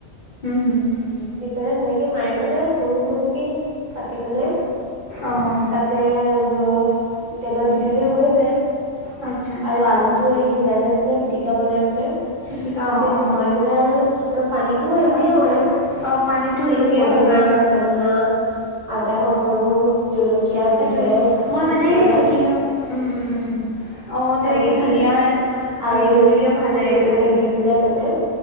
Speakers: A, on the left; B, on the right.
A: উম, হুম, হুম,
B: দি পেলাই তেনেকে <unintelligible> পেলাই সৰু সৰুকৈ কাটি পেলাই
A: অ',
B: তাতে <unintelligible> তেলত দি দিলেই হৈ যায়
A: আচ্ছা আচ্ছা
B: আৰু আলুটো সিজ <unintelligible> নে পিটিকা বনাই পেলে
A: পিটিকা
B: তাতে
A: অ অ
B: সোমোৱাই পেলাই আৰু পানীটো‌ ইজিয়ে
A: খাব
B: হয়,
A: পাৰি অ পানীটো
B: এনেকে
A: ইজিয়ে
B: পদিনা,
A: হয় বাৰু
B: ধনিয়া, আদা, নহৰু
A: অহ
B: জলকীয়া
A: সেইটোৱে,
B: দি পেলাই
A: মই
B: পিচি
A: মানে
B: পেলাই
A: কি হয়, উম‌ উম উম অহ
B: পানীত
A: তেনেকে
B: দি
A: ধুনীয়া
B: আৰু
A: হেৰিটো দিলেও ভাল লাগে
B: তেতেলী
A: খায়।
B: দি দিলে তাতে